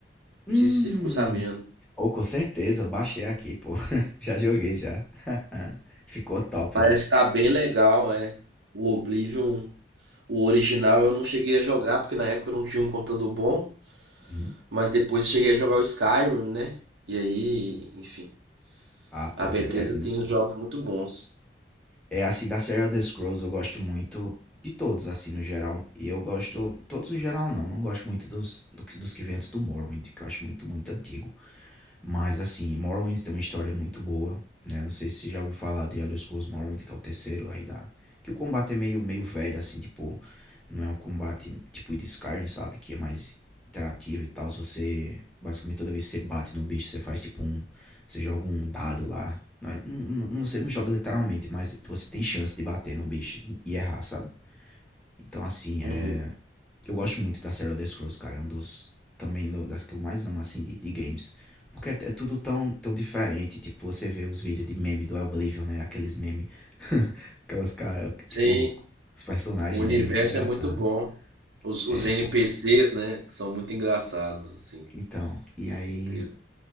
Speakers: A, in the centre; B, on the right.
A: Hum,
B: Não sei se você ficou sabendo.
A: oh, com certeza, eu baixei aqui, pô. <laughs> Já joguei já. <laughs> Ficou top,
B: Parece
A: esse
B: que tá bem legal, é. O Oblivion, o original eu não cheguei a jogar porque na época eu não tinha um computador bom,
A: Uhum.
B: mas depois eu cheguei a jogar o Skyrim, né? E aí, enfim,
A: Ah, pô,
B: a Bethesda
A: é, é muito
B: tem uns
A: bom.
B: jogos muito bons.
A: É, assim, da série Elder Scrolls eu gosto muito de todos, assim, no geral. E eu gosto. Todos no geral não, não gosto muito dos, do que- dos que vêm antes do Morrowind, que eu acho muito, muito antigo. Mas assim, Morrowind tem uma história muito boa, né? Não sei se você já ouviu falar de Elder Scrolls Morrowind, que é o terceiro aí da... Que o combate é meio, meio velho, assim, tipo... Não é um combate tipo de Skyrim, sabe? Que é mais interativo e tal. Você, basicamente, toda vez que você bate no bicho, você faz tipo um... Você joga um dado lá. Não, é- não- não- você não joga literalmente, mas você tem chance de bater no bicho e errar, sabe? Então, assim, é
B: Uhum.
A: eu gosto muito da série Elder Scrolls, cara. É um dos. Também no- das que eu mais amo, assim, de, de games. Porque é, é tudo tão, tão diferente. Tipo, você vê os vídeos de meme do Oblivion, né? Aqueles meme. <laughs> Aquelas caras.
B: Sim,
A: Tipo, os personagens,
B: o universo
A: né? Muito engraçado.
B: é muito bom. Os, os
A: É,
B: NPCs,
A: pô.
B: né, são muito engraçados, assim,
A: Então. E aí.
B: com certeza.